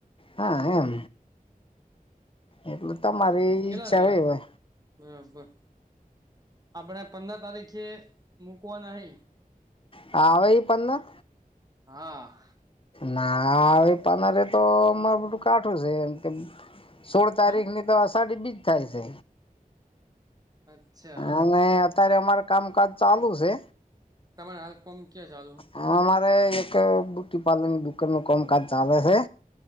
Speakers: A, on the left; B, on the right.
A: હા એમ. એટલું તો મારી
B: વાંધો કેટલા
A: છે
B: લેવા
A: હોય.
B: બરાબર આપણે પંદર તારીખે મકવાના હ.
A: હવેાઈ પંદ.
B: હા.
A: ના પાનારે તો અમાર બધું કાઠું છે એમ કે. સોળ તારીખ
B: ચમ
A: ની તો અષાઢી બીજ થાય છે
B: અચ્છા
A: અને. અત્યારે અમાર કામકાજ ચાલુ છે.
B: તમારે હાલલ્ કોમ ક્યાં ચાલુ.
A: હા અમારે એક બ્યુટી પાર્લરની દુકાન નું કામકાજ ચાલે છે